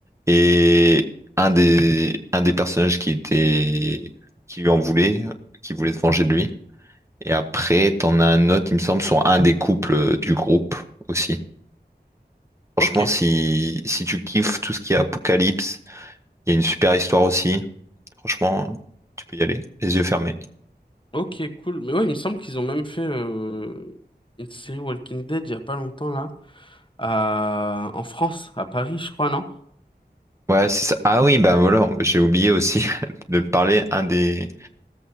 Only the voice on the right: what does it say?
et un des, un des personnages qui était, qui lui en voulait, qui voulait se venger de lui. Et après, t'en as un autre, il me semble, sur un des couples euh, du groupe aussi. Franchement,
si, si tu kiffes tout ce qui est apocalypse, il y a une super histoire aussi. Franchement, tu peux y aller, les yeux fermés.
Ouais, c'est ça. Ah oui, ben voilà, j'ai oublié aussi <laughs> de te parler. Un des,